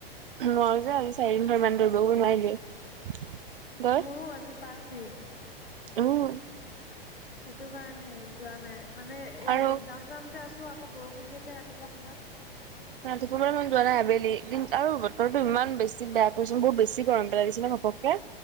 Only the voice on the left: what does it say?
মোৰো আজি পাঁচ দিন।
সেইটো কাৰণে যোৱা নাই মানে এ
যাম যাম কে আছো আকৌ বৰষুণ দি আছে ৰাতিপুৱা সময়ত।